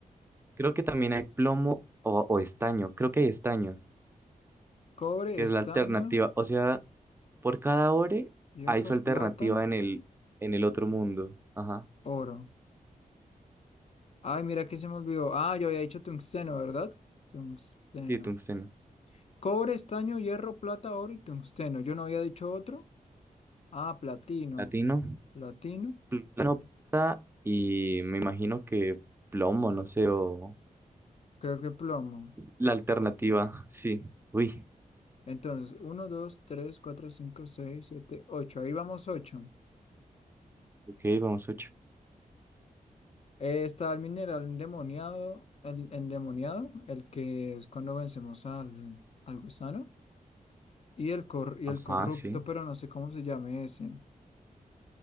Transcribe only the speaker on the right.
creo que también hay plomo o, o estaño. Creo que hay estaño,
que
es la alternativa. O sea, por cada ore
hay su alternativa
en el, en el otro mundo. Ajá.
Sí, tungsteno.
Latino.
Latino, plata y me imagino que plomo, no sé, o
la alternativa, sí. Uy,
ok, vamos ocho.
Ajá,
sí.